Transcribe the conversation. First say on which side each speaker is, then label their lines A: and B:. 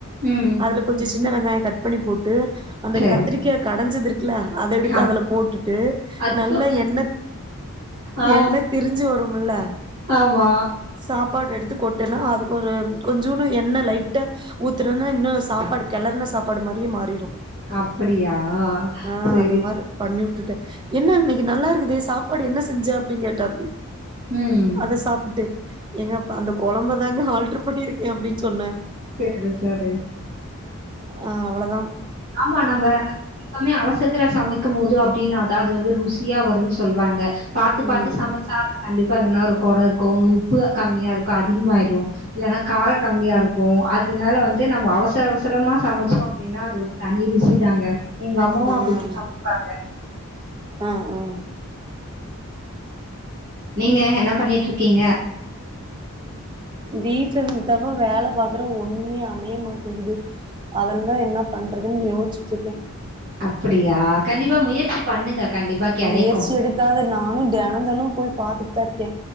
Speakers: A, on the right (about 45°); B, on the right (about 20°).
A: ம்.
B: அதுல கொஞ்சோ சின்ன வெங்காயோ கட் பண்ணி போட்டு அந்த
A: சரி.
B: கத்திரிக்கா கடஞ்சது இரு க்குல அத எடுத்து
A: ஆமா.
B: அதுல போட்டுட்டு
A: அச்சோ!
B: நல்ல எண்ணெ
A: ஆ
B: எண்ணெ திரிஞ்சி வரும்ல
A: ஆமா.
B: சாப்பாடு எடுத்து கொட்டனு அதுக்கு ஒரு கொஞ்சோடு எண்ணெ லைட்டா ஊத்துன்னா இன்னு சாப்பாடு கெலர்ன சாப் பாடு மாரியே மாறிறு
A: அப்படியா?
B: ஆ
A: சரி.
B: அந்த மாரி பண்ணி வுட்டுட்ட என்ன இன்னக்கி நல்லா இருக்குதே சாப்பாடு என்ன செஞ்ச அப்டின்னு கேட்டாப்டி
A: ம்.
B: அத சாப்ட்டு ஏங்க அந்த கொழம்பதாங்க ஆல்டர் பண்ணியிருக்க அப்டின்னு சொன்ன
A: சேரி சேரி
B: ஆ அவ்ளதா
A: ஆமா நம்ம எப்வுமே அவசரத்துல சமைக்கு போது அப்டின்னாதா அது வந்து ருசியா வருன்னு சொல்லுவாங்க பாத்து பாத்து
B: ம்
A: சமைச்சா அதுல கண்டிப்பா எதனா ஒரு கொற இருக்கு ஒன்னு உப்பு கம்மியா இருக்கு அதிகமாயிடு இல்லனா காரோ கம்மியா இருக்கு அதுனால வந்து நம்ம அவசர அவசரமா சமச் சோ அப்டின்னா அது ஒரு தனி ருசி தாங்க எங்க அம்மாவு
B: ஆ
A: அப்டிதா சமைப்பாங்க
B: ஆ ஆ
A: நீங்க என்ன பண்ணிட் இருக்கீங்க
B: வீட்ல இருந்து தா பா வேல பாக்குற ஒண்ணுமே அமைய மாட்டேங்குது அதனால என்ன பண்றதுன் யோசிட்டு இருக்க
A: அப்டியா கண்டிப்பா முயற்சி பண்ணுங்க கண்டிப்பா கெடைக்கும்.
B: முயற்சி எடுக்காத நானு தெனந்தெனு போய் பாத்துட்டு தா இருக்க